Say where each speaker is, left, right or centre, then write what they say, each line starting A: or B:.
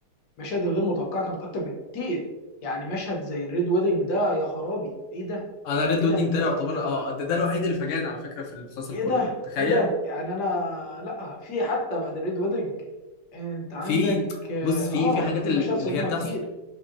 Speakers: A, on the left; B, on the left.
A: المشاهد الغير متوقعه كانت اكتر بكتير يعني مشهد زي الريد ويدنج ده يا خرابي ايه ده
B: انا ريد
A: ايه ده
B: ويدنج
A: انت
B: ده يعتبر
A: أنت- آه،
B: اه ده, ده الوحيد اللي فاجأني على فكره في المسلسل
A: ايه
B: كله
A: ده
B: تخيل
A: ايه ده يعني انا لا في حتى بعد الريد ويدنج انت عندك
B: في
A: اه
B: بص
A: آه،
B: في في حاجات
A: في
B: ال-
A: مشاهد صدمه
B: اللي هي بتحصل
A: كتير